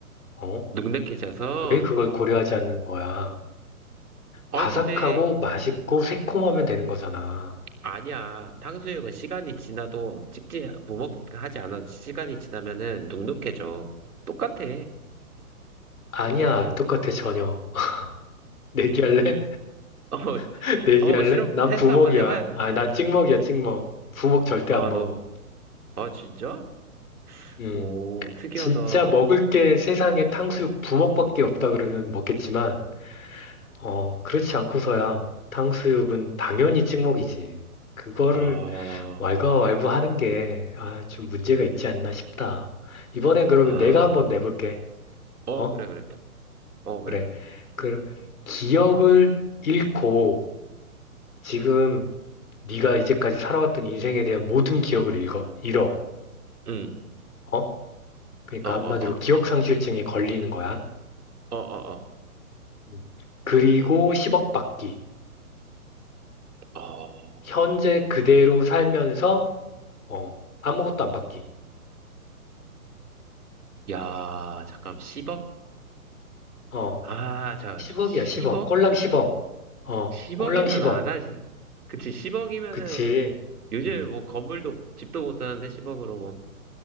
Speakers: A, on the left; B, on the right.
A: 어?
B: 눅눅해져서.
A: 왜 그걸 고려하지 않는 거야?
B: 어이,
A: 바삭하고
B: 근데
A: 맛있고 새콤하면 되는 거잖아.
B: 아니야. 탕수육은 시간이 지나도 찍지, 부먹하지 않아도 시간이 지나면은 눅눅해져. 똑같아.
A: 아니야, 안 똑같아, 전혀. <laughs> 내기할래?
B: <laughs> 어,
A: <laughs> 내기할래?
B: 어, 실험
A: 난
B: 테스트
A: 부먹이야.
B: 한번 해봐야 되나?
A: 아니, 난 찍먹이야, 찍먹. 부먹 절대
B: 아,
A: 안 먹어.
B: 너, 아, 진짜?
A: 음.
B: 오, 특이하다.
A: 진짜 먹을 게 세상에 탕수육 부먹밖에 없다 그러면 먹겠지만, 어, 그렇지 않고서야 탕수육은 당연히 찍먹이지. 그거를
B: 아,
A: 왈가왈부 하는 게, 아, 좀 문제가 있지 않나 싶다. 이번엔 그러면
B: 아,
A: 내가 한번 내볼게.
B: 어,
A: 어?
B: 그래, 그래. 어, 그래.
A: 그래. 그, 기억을 잃고, 지금 네가 이제까지 살아왔던 인생에 대한 모든 기억을 읽어, 잃어.
B: 응,
A: 어? 그러니까
B: 어, 어,
A: 한마디로
B: 어,
A: 기억상실증에 걸리는 거야.
B: 어, 어,
A: 음. 그리고 10억 받기.
B: 어. 어,
A: 현재 그대로 살면서, 어, 아무것도 안 받기.
B: 야, 잠깐, 10억?
A: 어,
B: 아, 잠깐,
A: 10억이야,
B: 10억?
A: 10억. 꼴랑 10억. 어,
B: 10억이면
A: 꼴랑 10억.
B: 안 하지. 그치, 10억이면은,
A: 그치.
B: 요즘에
A: 어,
B: 뭐, 건물도, 집도 못 사는데, 10억으로 뭐.